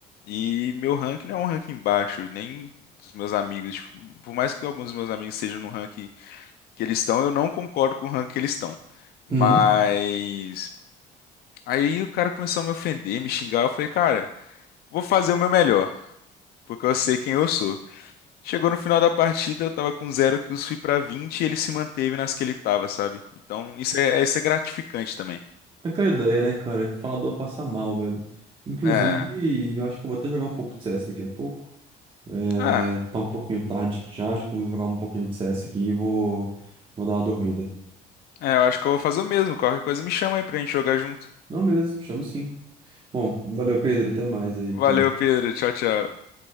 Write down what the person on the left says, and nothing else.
E meu rank não é um ranking baixo, nem dos meus amigos. Tipo, por mais que alguns dos meus amigos estejam no rank que eles estão, eu não concordo com o rank que eles estão. Mas.
Aí o cara começou a me ofender, me xingar. Eu falei, cara, vou fazer o meu melhor, porque eu sei quem eu sou. Chegou no final da partida, eu tava com zero kills, fui pra 20 e ele se manteve nas que ele tava, sabe? Então isso é, isso é gratificante também.
É.
Ah,
é, eu acho que eu vou fazer o mesmo. Qualquer coisa me chama aí pra gente jogar junto.
Valeu,
Pedro. Tchau, tchau.